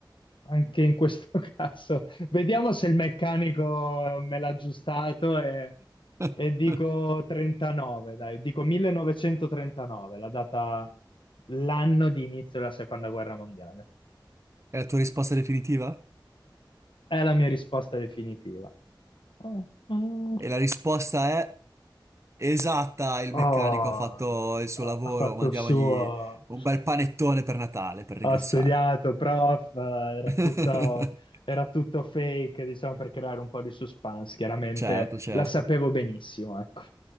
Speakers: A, on the left (about 85°); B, on the right (about 35°).
A: anche in questo <laughs> caso vediamo se il meccanico me l'ha aggiustato e,
B: <laughs>
A: e dico 39, dai, dico 1939, la data, l'anno di inizio della seconda guerra mondiale.
B: È la tua risposta definitiva?
A: È la mia risposta definitiva. Oh, mm,
B: E la risposta è... Esatta, il
A: oh,
B: meccanico ha fatto il suo
A: ha
B: lavoro,
A: ha fatto
B: mandiamogli
A: il suo,
B: un bel panettone per Natale per ringraziarlo.
A: ha studiato, prof, eh, era
B: <laughs>
A: tutto, era tutto fake, diciamo, per creare un po' di suspense. Chiaramente
B: Certo, certo,
A: la sapevo benissimo, ecco.